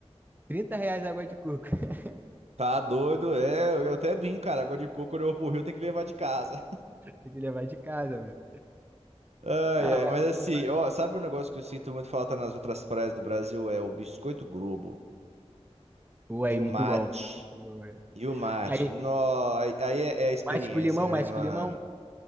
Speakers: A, on the right; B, on the right.
A: 30 reais a água de coco. <laughs>
B: Tá doido, é. Eu até brinco, cara. Água de coco, quando eu vou pro Rio, tem que levar de casa.
A: Tem que levar de casa, velho.
B: Ai,
A: Ah,
B: ai.
A: mas
B: Mas assim,
A: pô, mas...
B: ó, sabe um negócio que eu sinto muito falta nas outras praias do Brasil? É o biscoito Globo
A: pô, aí,
B: e o
A: muito
B: mate.
A: bom. Muito bom, né?
B: E o mate.
A: Aí,
B: Nó, aí aí é, é a experiência,
A: mate com limão,
B: né,
A: mate
B: mano?
A: com limão,